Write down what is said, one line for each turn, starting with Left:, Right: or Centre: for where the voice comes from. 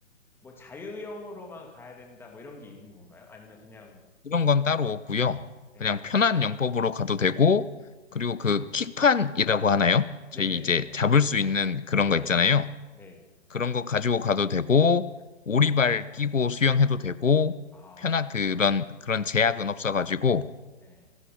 Centre: 뭐 자유형으로만 가야 된다 뭐 이런 게 있는 건가요? 아니면 그냥,
Left: 이런 건 따로 없고요.
Centre: 예.
Left: 그냥 편한 영법으로 가도 되고,
Centre: 네.
Left: 그리고 그 킥판이라고 하나요?
Centre: 네네.
Left: 저희 이제 잡을 수
Centre: 시판.
Left: 있는 그런
Centre: 네.
Left: 거 있잖아요.
Centre: 네.
Left: 그런 거 가지고 가도 되고, 오리발 끼고 수영해도 되고,
Centre: 아,
Left: 편한 그런, 그런 제약은 없어가지고,
Centre: 네.